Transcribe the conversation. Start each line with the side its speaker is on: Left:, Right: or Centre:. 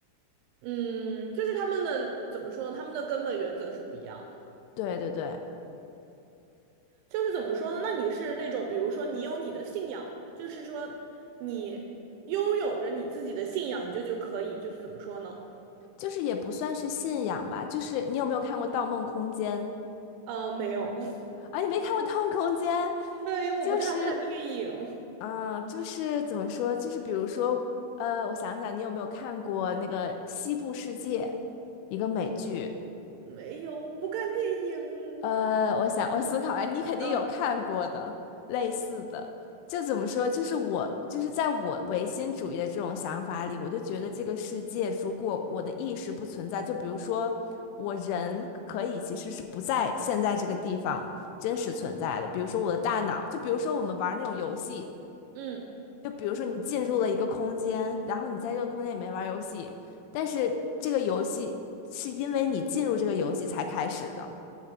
Right: 嗯，就是他们的怎么说呢？他们的根本原则是不一样的。
Left: 对对对，
Right: 就是怎么说呢？那你是那种，比如说你有你的信仰，就是说你拥有着你自己的信仰，你就就可以，就是怎么说呢？
Left: 就是也不算是信仰吧，就是你有没有看过《盗梦空间》
Right: 呃，没有，
Left: 啊？你没看过《<laughs> 盗梦空间》，
Right: <laughs> 对，因为我不太看电影，
Left: 就是啊、就是怎么说，就是比如说，呃，我想想，你有没有看过那个《西部世界》一个美剧？
Right: <laughs> 没有，我不看电影。
Left: 呃，我想我思考啊，你肯定有看过的类似的，
Right: 嗯
Left: 就怎么说，就是我就是在我唯心主义的这种想法里，我就觉得这个世界如果我的意识不存在，就比如说我人可以其实是不在现在这个地方真实存在的，比如说我的大脑，就比如说我们玩那种游戏，
Right: 嗯
Left: 就比如说你进入了一个空间，然后你在这个空间里面玩游戏，但是这个游戏是因为你进入这个游戏才开始的。